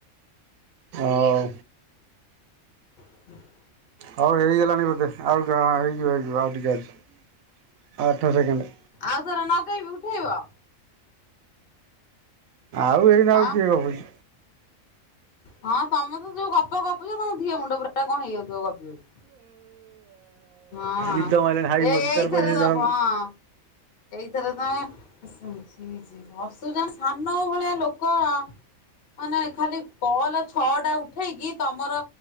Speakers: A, on the right; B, on the left.
A: ହଁ।
B: <inaudible>
A: ହଉ ହେଇଗଲାଣି ବୋଧେ ଆଉ ଡ ହେଇଯିବ ହେଇଯିବ ଆଉ ଟିକେ ଅଛି ଆଠ ସେକେଣ୍ଡ୍।
B: ଆଉ ଥରେ ନଗେଇବୁ ଉଠେଇବ?
A: ଆଉ ଏଇନା ଆଉ
B: ଆଁ
A: କିଏ ଗପୁଚି?
B: ହଁ ତମେ ତ ଯୋଉ ଗପ ଗପୁଚ ଧିଅ ମୁଣ୍ଡ ପୁରା କଣ ହେଇଯାଉଥୁବ ଗପି ଗପି। ହଁ
A: ନିଦ ମାଇଲାଣି ତାର ହାଇ
B: ଏ
A: ମାରୁଚି
B: ଏଇଥରେ
A: ତାର ପଛେ
B: ଦବ
A: ଯା
B: ହଁ ଏଇଥରେ ତମେ ସୁ ଶୁଣିଚି ହସୁଚନ୍ ସାନଓଉ ଭଳିଆ ଲୋକ ହଁ ନାଇଁ ଖାଲି କଲ ଛଅଟା ଉଠେଇକି ତମର